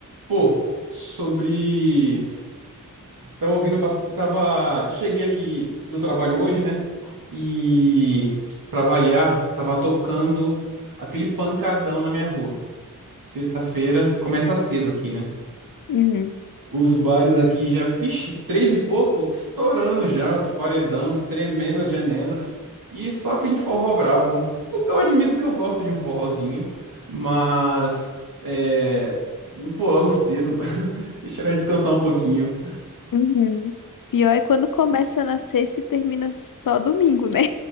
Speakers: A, on the right; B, on the left.
A: Pô, sobre. Tava ouvindo bastante. Tava. Cheguei aqui do trabalho hoje, né? E, pra variar, tava tocando aquele pancadão na minha rua. Sexta-feira, começa cedo aqui, né?
B: Uhum.
A: Os bares aqui já, pixe, três e pouco, estourando já, os paredões tremendo as janelas. E só aquele forró brabo. Eu, eu admito que eu gosto de um forrozinho, mas. É. Pô, logo cedo, <laughs> deixa ela descansar um pouquinho.
B: Uhum. Pior é quando começa na sexta e termina só domingo, né?